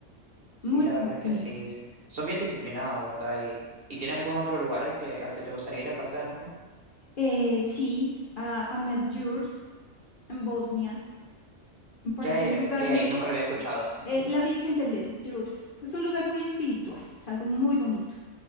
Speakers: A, on the right; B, on the left.
A: Sí,
B: muy
A: la verdad
B: bonito.
A: es que sí. Son bien disciplinados, ¿verdad? ¿Y, y tienes algún otro lugar al que, al que te gustaría ir aparte de Japón?
B: Eh, sí, a, a Medjugorje en Bosnia. Me parece
A: ¿Qué hay,
B: un lugar
A: qué hay
B: muy...
A: ahí? Nunca
B: es-
A: lo había escuchado.
B: eh,
A: Ujú.
B: la Virgen de Medjugorje es un lugar muy espiritual, es algo muy bonito.